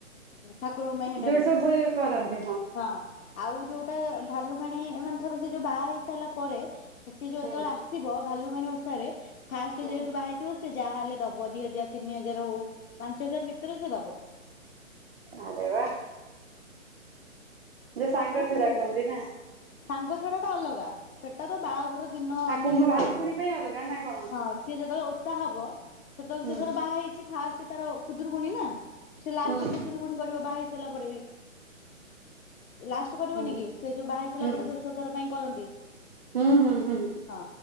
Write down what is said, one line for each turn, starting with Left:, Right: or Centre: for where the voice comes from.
Left: ଠାକୁରଙ୍କ ପାଇଁ ହେଇଟା
Right: ଯୋଉଠି
Left: ରୁହିବ।
Right: ସବୁ କରନ୍ତି
Left: ହଁ ଆଉ ଯୋଉ ସେଟା ଭାଲୁକୁଣି ମାନେ ଥର ସେ ଯୋଉ ବାହା ହେଇ ସାରିଲା ପରେ ସେ ଯୋଉ
Right: ହୁଁ
Left: ଯେତେବେଳେ ଆସିବ ଭାଲୁକୁଣି ଓଷା ରେ ଫାଷ୍ଟ
Right: ହୁଁ।
Left: ଯେହେତୁ ବାହାହୋଇଥିବ ସେ ଯାହାହେଲେ ଦବ ଦି ହଜାର ତିନି ହଜାର ହଉ, ପାଞ୍ଚ ହଜାର ଭିତରେ ସେ ଦବ।
Right: ଆରେ ବା ଯୋଉ ସାଙ୍ଗ
Left: ହଁ
Right: ଛଡା
Left: ଟିକେ
Right: କୁହନ୍ତି ନା
Left: ସାଙ୍ଗ ଛଡା ଟା ଅଲଗା ସେଟା ତ ବାହାଘର ଦିନ
Right: ଆଉ
Left: ଆମେ
Right: କୁମ
Left: ଯୋଉଟା
Right: ଭାଲୁକୁଣୀ
Left: ଆଣିଥାଉ।
Right: ପାଇଁ ଅଲଗା ନା କଣ?
Left: ହଁ ସିଏ ଯେତେବେଳେ ଓଷ ଓଷା ହବ, ସେତେବେଳେ
Right: ହୁଁ
Left: ସେ ତାର ବାହା ହେଇଚି ଫାଷ୍ଟ ତାର ଖୁଦୁରୁୁକୁଣୀ ନା। ସେ ଲାଷ୍ଟ
Right: ହୁଁ
Left: ଖୁଦୁରୁକୁଣୀ କରିବ ବାହାହେଇସାରିଲା ପରେ ବି। ଲାଷ୍ଟ କରିବନି
Right: ହୁଁ
Left: କି ସେ ଯୋଉ ବାହାହେଇସାରିଲା
Right: ହୁଁ
Left: ପରେ ଶେଷଥର ପାଇଁ କରନ୍ତି।
Right: ହୁଁ ହୁଁ ହୁଁ।
Left: ହଁ